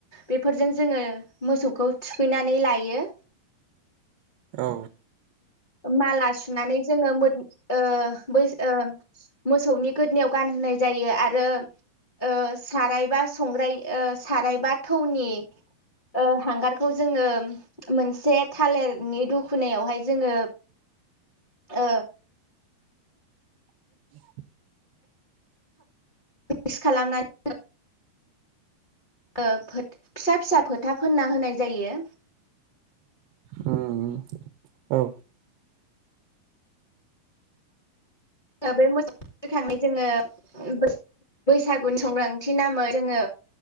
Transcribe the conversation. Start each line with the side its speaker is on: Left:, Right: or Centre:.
Left: बेफोरजों जोङो मोसौखौ थुखैनानै लायो।
Right: औ।
Left: माला सुनानै जोङो मोथ ओ बैसो ओ। मोसौनि गोदनायाव गानहोनाय जायो आरो ओ सारायबा संग्राय ओ सारायबा थौनि ओ हांगारखौ जोङो मोनसे थालिरनि दुखुनायावहाय। जोङो ओ।
Right: <inaudible>
Left: <unintelligible> खालामनानै। ओ फोथ फिसा फिसा फोथा फोनना होनाय जायो।
Right: <unintelligible> उम औ
Left: <unintelligible> बे मोस खांनाय जोङो बै- बैसागुनि संख्रांथि नामै। जोङो